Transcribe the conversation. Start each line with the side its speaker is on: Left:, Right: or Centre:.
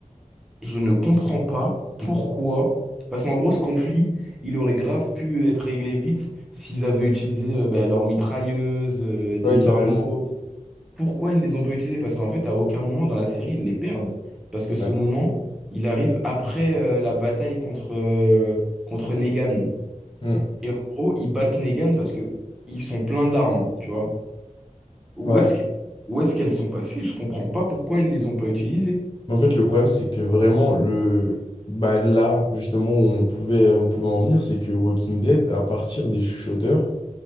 Centre: Je ne comprends pas pourquoi. Parce qu'en gros, ce conflit, il aurait grave pu être réglé vite s'ils avaient utilisé euh, bah, leurs mitrailleuses, euh, des
Left: ouais, carrément.
Centre: armes lourdes. Pourquoi ils ne les ont pas utilisées? Parce qu'en fait, à aucun moment dans la série, ils les perdent. Parce que ce
Left: Ouais.
Centre: moment, il arrive après euh, la bataille contre, euh, contre Negan.
Left: Mm.
Centre: Et en gros, ils battent Negan parce que ils sont pleins d'armes, tu vois. Où
Left: Ouais.
Centre: est-ce que- où est-ce qu'elles sont passées? Je comprends pas pourquoi ils les ont pas utilisées.
Left: Mais en fait, le problème, c'est que vraiment, le... bah, là, justement, où on pouvait, on pouvait en venir, c'est que Walking Dead, à partir des chuchoteurs,